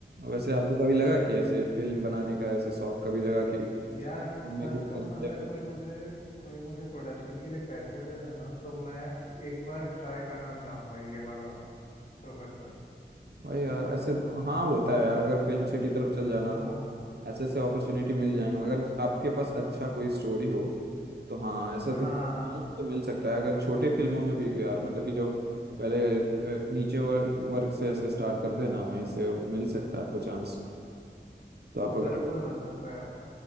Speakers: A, on the right; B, on the left.
A: वैसे आपको कभी लगा कि ऐसे फिल्म बनाने का ऐसे शौक कभी जगह कि
B: यार
A: चलो फिल्म
B: सच
A: मेकिंग
B: कहूँ
A: करते
B: ना अगर
A: हैं फिर
B: कोई मुझे कोई मुझे प्रोडक्शन के लिए पैसे दे देना तो मैं फ- एक बार ट्राई करना चाहूंगा ये वाला प्रोफेशन
A: भाई यार ऐसे तो, हाँ होता है यार अगर फिल्म सिटी तरफ चल जाना
B: हाँ
A: तो ऐसे ऐसे अपॉर्चुनिटी मिल जाएंगे अगर आपके पास अच्छा कोई स्टोरी हो तो हाँ ऐसा
B: हाँ
A: तो
B: हाँ हाँ, हाँ।
A: मौका तो मिल सकता है अगर छोटे फिल्मों में भी यार मतलब कि जो पहले अ, नीचे वर्ग वर्ग से ऐसे स्टार्ट करते हैं ना वहीं से मिल सकता है आपको चांस तो आप अगर
B: बिल्कुल मिल सकता है यार